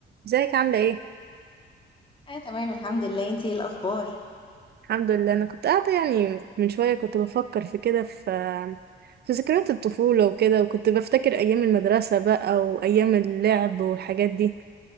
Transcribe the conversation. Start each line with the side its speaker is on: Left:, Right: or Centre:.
Right: ازيك عاملة ايه؟
Left: اه تمام الحمد لله انتي ايه الاخبار
Right: الحمد لله انا كنت قاعدة يعني من شوية كنت بفكر في كده في في ذكريات الطفولة وكده وكنت بفتكر ايام المدرسة بقى وايام اللعب والحاجات دي